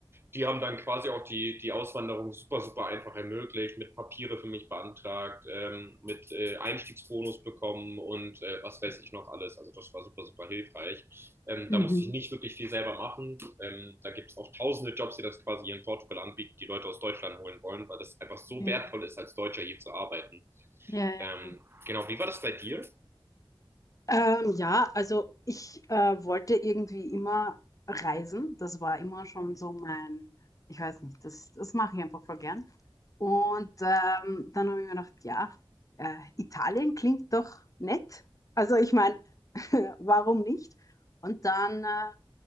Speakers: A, on the right; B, on the left.
A: die haben dann quasi auch die, die Auswanderung super, super einfach ermöglicht, mit Papiere für mich beantragt, ähm, mit äh, Einstiegsbonus bekommen und äh, was weiß ich noch alles. Also das war super, super hilfreich. Ähm,
B: Mhm.
A: da musste ich nicht wirklich viel selber machen. Ähm, da gibt es auch tausende Jobs, die das quasi hier in Portugal anbieten, die Leute aus Deutschland holen wollen, weil das einfach so
B: Ja,
A: wertvoll ist, als Deutscher hier zu arbeiten.
B: ja,
A: Ähm,
B: ja.
A: genau, wie war das bei dir?
B: Ähm, ja, also ich äh, wollte irgendwie immer reisen. Das war immer schon so mein, ich weiß nicht, das, das mache ich einfach voll gern. Und ähm, dann habe ich mir gedacht, ja, äh, Italien klingt doch nett. Also ich meine, <laughs> warum nicht? Und dann äh,